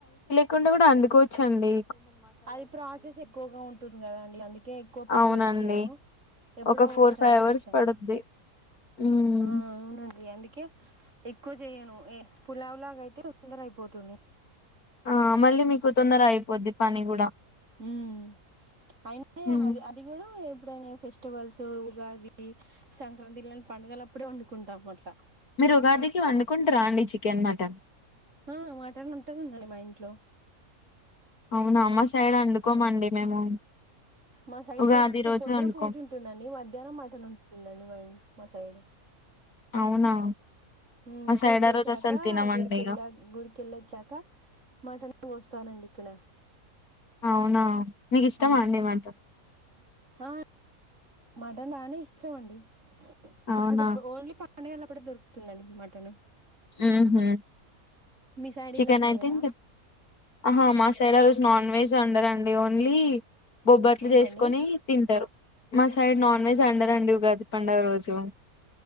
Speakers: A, on the left; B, on the right.
A: కుండా కూడా అండుకోవచ్చండి
B: అది ప్రాసెస్ ఎక్కువగా ఉంటుంది కదాండి అందుకే ఎక్కువ ప్రిపేర్
A: అవునండి
B: చేయను ఎప్పుడో
A: ఒక ఫోర్
B: ఒకసారి
A: ఫైవ్ అవర్స్
B: చేస్తా
A: పడుద్ది ఉమ్
B: ఆ అవునండి అందుకే ఎ క్కువ చెయను ఏ పులావులాగ అయితే తొందర అయిపోతుంది
A: ఆ మళ్ళీ మీకు తొందర అయిపోద్ది పని కూడా
B: ఉమ్ అయిన
A: ఉమ్
B: అవి అది కూడా ఎప్పుడైనా ఫెస్ స్టివల్స్ ఉగాది సంక్రాంతి ఇలాంటి పండుగలు అప్పుడే వండుకుంటాం అట్లా
A: మీరు ఉగాదికి వండుకుంటరా అండి చికెన్ మటన్
B: ఆ మాటన్ ఉంటది మా ఇంట్లో
A: అవునా మా సైడ్ అండుకోమండి మేము
B: మా సైడ్
A: ఉగాది
B: ఫస్ట్
A: రోజు
B: పొద్దున
A: వండుకోం
B: పూజ ఉంటుందండి మధ్యాహ్నం మట్టన్ ఉంటుందండి మ మా సైడ్
A: అవునా
B: ఉమ్
A: మా
B: పూజ
A: సైడ్
B: చేసాక
A: ఆ రోజు అసలు తినమండి
B: గుడికెళ్ళ
A: ఇగ
B: గుడికెళ్ళొచ్చాక మటన్ కోస్తానండి ఇక్కడ
A: అవునా మీకు ఇష్టమా
B: హ్మ్
A: అండి మాట
B: ఆ మటన్ బానే ఇష్టం అండి
A: అవునా
B: మాకిప్పుడు ఓన్లీ పం డగలప్పుడే దొరుకుతుందండి మటను
A: ఉహు
B: సైడ్
A: చికెన్
B: ఇలా చేయరా
A: ఐ థింక్ ఆహా మా సైడ్ ఆ రోజు నాన్ వెజే ఒండారండి ఓన్లీ బొబ్బట్లు
B: ఏంటండి
A: చేసుకొని తింటారు మా సైడ్ నాన్ వెజ్ అండ రెండు ఉగాది పండగ రోజు